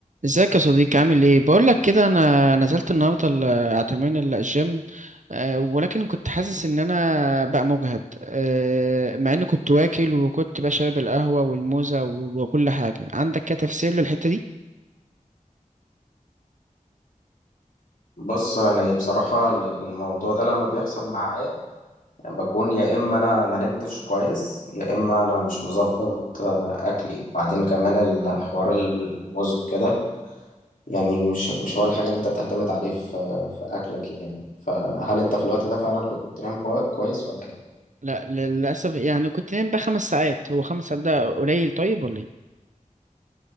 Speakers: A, on the right (about 65°); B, on the left (about 80°).
A: ازيك يا صديقي عامل ايه بقول لك كده انا نزلت النهارده ال- اعتمين ال- الجيم آه، ولكن كنت حاسس ان انا بقى مجهد آه، مع اني كنت واكل وكنت بقى شارب القهوه والموزه و- وكل حاجه عندك كده تفسير للحته دي
B: بص يعني بصراحة الموضوع ده لما بيحصل معايا يعني بكون يا إما أنا ما نمتش كويس يا إما أنا مش مظبط آه، أكلي وبعدين كمان الحوار الموز وكده يعني مش مش هو الحاجة اللي أنت تعتمد عليه في في أكلك يعني فهل أنت في الوقت ده فعلا كنت نايم كوا- كويس ولا إيه؟
A: لا للاسف يعني كنت نايم بقى خمس ساعات هو خمس ساعات ده قليل طيب ولا ايه